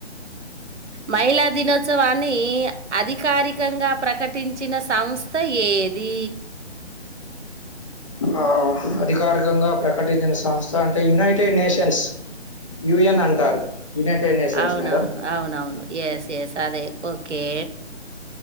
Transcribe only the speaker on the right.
మహిళా దినోత్సవాన్ని అధికారికంగా ప్రకటించిన సంస్థ ఏది
ఓహ
అవునవును
అవునవును ఎస్ ఎస్ అదే ఓకే